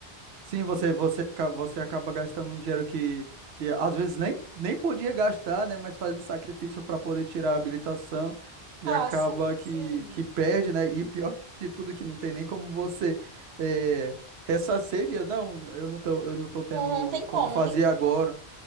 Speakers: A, on the right; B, on the right.
A: sim, você, você, aca- você acaba gastando um dinheiro que, que às vezes nem, nem podia gastar, né? Mas faz um sacrifício para poder tirar a habilitação e
B: Ah,
A: acaba
B: sim,
A: que,
B: sim.
A: que perde, né? E pior de tudo, que não tem nem como você é, ressarcir dinheiro. Não, eu não tô, eu não tô tendo
B: Não, não tem como,
A: como fazer
B: não tem como
A: agora.